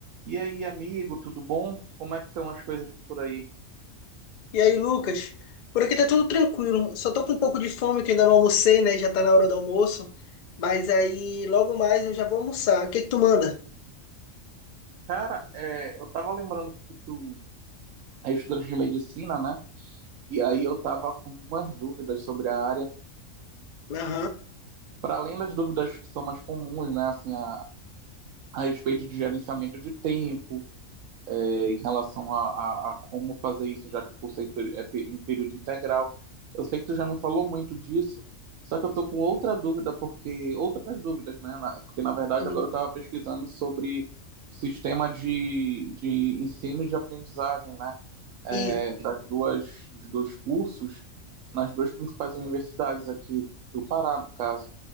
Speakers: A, on the right (about 75°); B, on the left (about 65°).
A: E aí, amigo, tudo bom? Como é que estão as coisas por aí?
B: E aí, Lucas? Por aqui tá tudo tranquilo. Só tô com um pouco de fome, que ainda não almocei, né? Já tá na hora do almoço. Mas aí, logo mais eu já vou almoçar. O que que tu manda?
A: Cara, é, eu tava lembrando que tu é estudante de medicina, né? E aí eu tava com algumas dúvidas sobre a área,
B: Aham.
A: para além das dúvidas que são mais comuns, né? Assim, a, a respeito de gerenciamento de tempo, é, em relação a, a, a como fazer isso, já que o curso é em peri- é pe- em período integral. Eu sei que tu já me falou muito disso, só que eu tô com outra dúvida, porque outras dúvidas, né? Na- Porque na verdade
B: Uhum.
A: agora eu estava pesquisando sobre o sistema de, de ensino e de aprendizagem, né? É,
B: Isso.
A: das duas, dos dois cursos nas duas principais universidades aqui do Pará, no caso